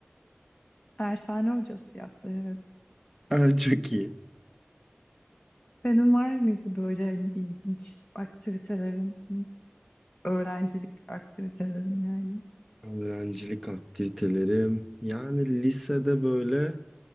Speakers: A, on the left; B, in the centre.
A: dershane hocası yaptı evet.
B: <laughs> Aa, çok iyi.
A: Senin var mıydı böyle hani ilginç aktivitelerin, öğrencilik aktivitelerin yani?
B: Öğrencilik aktivitelerim. Yani lisede böyle